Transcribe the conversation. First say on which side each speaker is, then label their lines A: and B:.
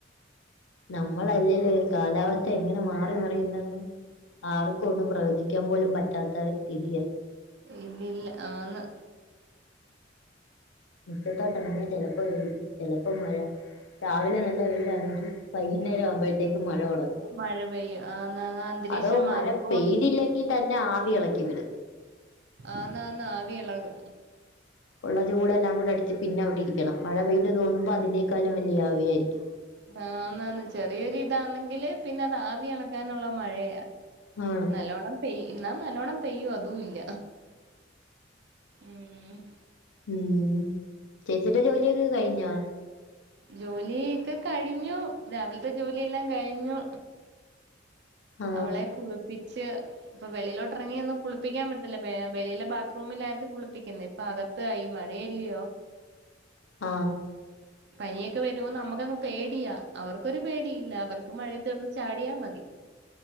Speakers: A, on the left; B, on the right.
A: നമ്മളല്ലേല്ലോ കാലാവസ്ഥങ്ങനെ മാറി മറയുന്നെന്ന് ആർക്കൊന്നും ഒന്നും പ്രവചിക്കാൻ പോലും പറ്റാത്ത സ്ഥിതിയാ
B: ഇല്ലില്ല ആന്ന്
A: മുറ്റതോട്ടിറങ്ങിയ ചെലപ്പോ വെയില് ചെലപ്പോ മഴ രാവിലെ നല്ല വെയിലാണെങ്കിൽ വൈകുന്നേരവാകുമ്പോഴത്തേക്ക് മഴ തുടങ്ങും
B: മഴ പെയ്യും ആന്ന് അന്തരീക്ഷം
A: അതോ
B: മാറിക്കൊണ്ടിരിക്കും
A: മഴ പെയ്തില്ലെങ്കിൽ തന്നെ ആവി ഇളക്കി വിട്
B: ആന്നാന്ന് ആവി ഇളകും
A: ഒള്ള ചൂടെല്ലാം കൂടെ അടിച്ച് പിന്നെ അവിടിരിക്കണം മഴ പെയ്ത് തോർന്നുമ്പോ അതിനേക്കാലും വലിയ ആവിയായിരിക്കും
B: ആന്നാന്ന് ചെറിയൊരു ഇതാന്നെങ്കില് പിന്നെ അത് ആവി അളക്കാനുള്ള മഴയാ
A: ആണ്
B: നല്ലോണം പെയ്യ് ഇന്നാ നല്ലോണം പെയ്യോ അതുവില്ല ഉം
A: ഉം ചേച്ചിയിടെ ജോലിയൊക്കെ കഴിഞ്ഞോ?
B: ജോലി ഒക്കെ കഴിഞ്ഞു രാവിൽത്തെ ജോലിയെല്ലാം കഴിഞ്ഞു
A: ആ
B: അവളെ കുളിപ്പിച്ച് ഇപ്പൊ വെളിയിലോട്ട് എറങ്ങിയൊന്നും കുളിപ്പിക്കാ പറ്റത്തില്ല വെളിയിലെ ബാത്റൂമിലായിയിരുന്നു കുളിപ്പിക്കുന്നെ ഇപ്പൊ അക ത്തായി മഴയല്ല്യോ?
A: ആഹ്‌
B: പനിയൊക്കെ വരുവോ നമക്കങ്ങ് പേടിയാ അവർക്കൊരു പേടിയില്ല അവർക്ക് മഴയെത്ത് കെടന്ന്‌ ചാടിയാ മതി